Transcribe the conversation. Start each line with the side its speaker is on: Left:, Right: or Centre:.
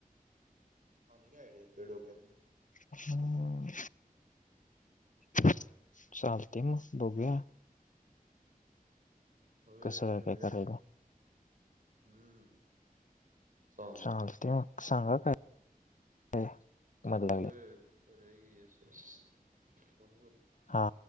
Right: आणि काय आयडिया आहीत, तुझ्या डोक्यातं
Left: हा चालतय मग बघूया
Right: होय
Left: कसं काय
Right: ठरवूया
Left: काय करायला
Right: हम्म. चालतंय
Left: चालतय मग सांगा काय मध
Right: होय
Left: लागले
Right: करूया की एस एस फोन करतो.
Left: हा,